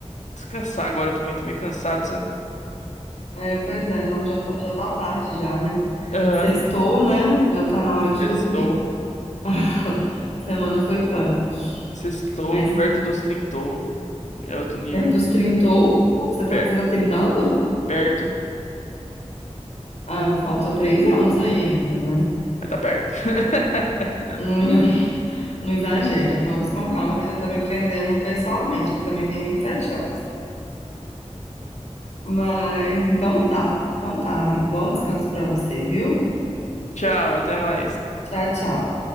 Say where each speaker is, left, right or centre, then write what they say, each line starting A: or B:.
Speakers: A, on the left; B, on the left.
A: descansar agora também. Tô meio cansado, sabe?
B: É, pois é, não, já tá, já tá tarde já, né?
A: Aham.
B: Sextou, né? Já tá na hora de
A: Sextou.
B: dormir. <laughs> Semana foi punk.
A: Sextou
B: Mas
A: perto dos trintou. É outro nível.
B: perto dos trintou, você tá,
A: Per-
B: você tá trintando?
A: Perto.
B: Ah, faltou três anos aí ainda, né?
A: Mas tá perto. <laughs>
B: Hum, <laughs> Não exagera, vamos com calma que você tá me ofendendo pessoalmente, que eu também tenho 27 anos. Mas então tá, então tá, amigo. Bom descanso pra você, viu?
A: Tchau, até mais.
B: Tchau, tchau.